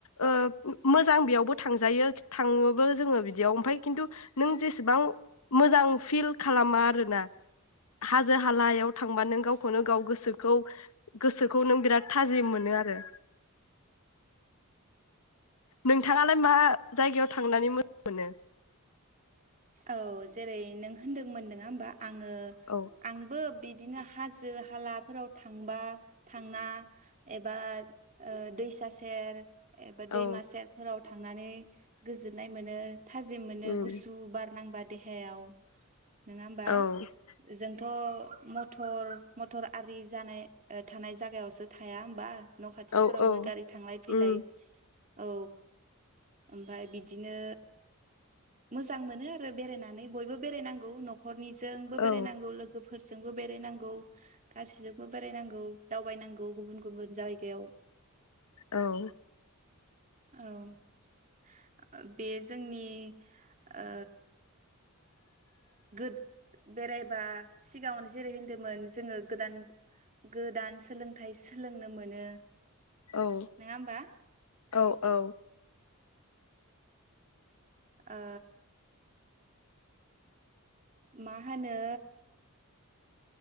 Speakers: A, on the left; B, on the right.
A: ओ मोजां बेयावबो थांजायो थाङोबो जोङो बिदियाव ओमफाय खिन्थु नों जेस बां मोजां फिल खालामा आरोना हाजो हालायाव थांबा नों गावखौनो गाव गोसोखौ गोसोखौ नों बिराद थाजिम मोनो आरो। नोंथाङालाय मा जायगायाव थांनानै मोजां मोनो?
B: औ जेरै नों होनदोंमोन नोङा होमबा? आङो
A: औ
B: आंबो बि बिदिनो हाजो हालाफोराव थांबा थांना एबा ओ दैसा सेर एबा दैमा
A: औ
B: सेर फोराव थांनानै गोजोननाय मोनो। थाजिम मोनो।
A: उम
B: गुसु बारनांबा देहायाव नोङा होमबा?
A: औ
B: जोंथ' म थर मथर आरि जानाय ओ थानाय जागायावसो थाया होमबा? न' खाथिफोरावनो
A: औ औ
B: गारि थांलाय फैलाय
A: उम
B: औ ओमफ्राय बिदिनो मोजां मोनो आरो बेरायनानै बयबो बेरायनांगौ न'ख हरनिजोंबो
A: औ
B: बेरायनांगौ लोगो फोरजोंबो बेरायनांगौ गासैजोंबो बेरायनांगौ दावबायनांगौ गुबुन गुबुन जायगायाव
A: औ
B: औ बे जोंनि अ गोद बेराय बा सिगाङावनो जेरै होनदोंमोन जोङो गोदान गोदान सोलोंथाइ सोलोंनो मोनो
A: औ
B: नङा होमबा
A: औ औ
B: ओ मा होनो